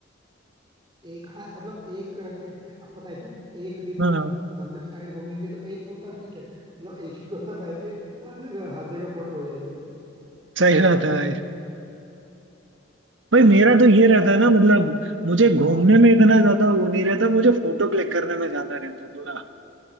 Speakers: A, on the right (about 25°); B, on the right (about 65°).
A: एक हाँ मतलब एक रखते हैं अब पता है क्या एक दिन
B: हाँ
A: मंदिर साइड घूमेंगे तो एक कुर्ता ठीक है मतलब एक ही कुर्ता पहन के हर जगह हर जगह फोटो हो जाएगी अपनी।
B: सही बात है भाई
A: ठीक
B: भाई मेरा
A: है यार
B: तो ये रहता
A: और
B: है ना मतलब मुझे घूमने
A: हाँ
B: में इतना ज्यादा वो नहीं रहता मुझे फोटो क्लिक करने में ज्यादा रहता है थोड़ा